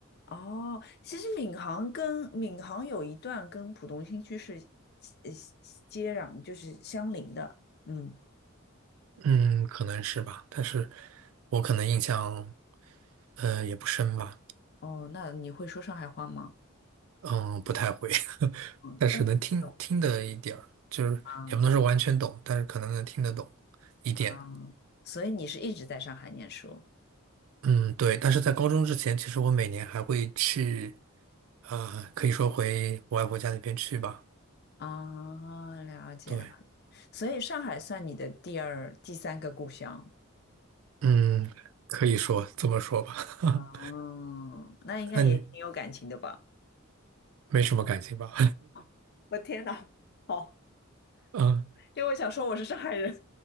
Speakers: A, on the left (about 50°); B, on the right (about 75°).
A: 哦，其实闵行跟闵行有一段跟浦东新区是呃接壤，就是相邻的。嗯，
B: 嗯，可能是吧，但是我可能印象呃也不深吧。
A: 哦，那你会说上海话吗？
B: 嗯，不太会，<laughs>
A: 嗯，
B: 但是能听听得一点儿，
A: 但听不懂
B: 就是也不能说完全懂，
A: 啊
B: 但是可能能听得懂一点。
A: 啊，所以你是一直在上海念书
B: 嗯，对。但是在高中之前，其实我每年还会去，啊、可以说回我外婆家那边去吧。
A: 啊？了解了解，
B: 对，
A: 所以上海算你的第二、第三个故乡。
B: 嗯，可以说这么说吧。<laughs>
A: 嗯，那应该也挺有感情的吧？
B: 那你没什么感情吧？
A: <laughs> 我天哪，好，
B: <laughs> 嗯
A: 因为我想说我是上海人。